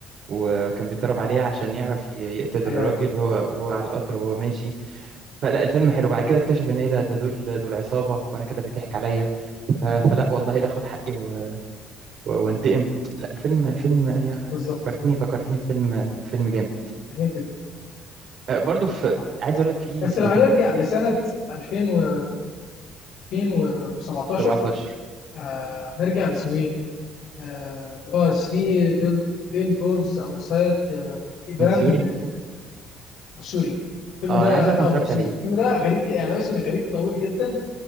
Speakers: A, on the right; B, on the left.
A: وكان بيتدرب عليه عشان يعرف ي- يقتل
B: أيوه
A: الراجل
B: أيوه
A: وهو وهو على القطر وهو ماشي فلا الفيلم حلو بعد كده اكتشف ان ايه ده ده دول دول عصابة وانا كده بيضحك عليا ف- فلا والله لا اخد حقي و- وانتقم لا الفيلم فيلم يا
B: بالظبط
A: انت فكرتني فكرتني في فيلم فيلم جامد
B: جميل جدا جميل
A: آه، برضو
B: جدا
A: في
B: الصراحة
A: في- عايز اقول لك في
B: بس
A: في
B: لو هنرجع لسنة 2000 و 2017
A: 17
B: آه هنرجع لاسمه ايه؟ آه اللي هو 3 بيل بيل بوردز اوتسايد ايبان
A: متزوري
B: آه، ماسوري الفيلم
A: اه
B: ده
A: انا عايز اقول لك
B: اه
A: ما اتفرجتش
B: ماتزوري
A: عليه
B: الفيلم ده غريب ج- يعني اسم غريب طويل جدا